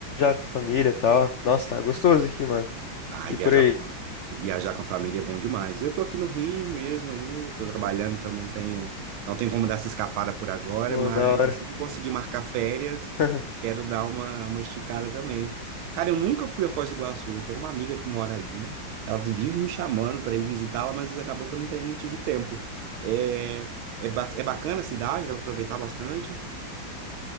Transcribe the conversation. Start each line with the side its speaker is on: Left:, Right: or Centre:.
Left: com a família e tal. Nossa, tá gostoso aqui, mano.
Right: Ai,
Left: E
Right: viajar
Left: por aí?
Right: com, fam- viajar com a família é bom demais. Eu tô aqui no Rio mesmo ainda, tô trabalhando, então não tenho, não tenho como dar essa escapada por agora,
Left: Pô,
Right: mas
Left: da hora.
Right: assim que eu conseguir marcar férias,
Left: <laughs>
Right: quero dar uma, uma esticada também. Cara, eu nunca fui a Foz do Iguaçu, eu tenho uma amiga que mora ali, ela vive me chamando para ir visitá-la, mas acabou que eu não, tenho, não tive tempo. É, é, ba- é bacana a cidade, dá para aproveitar bastante.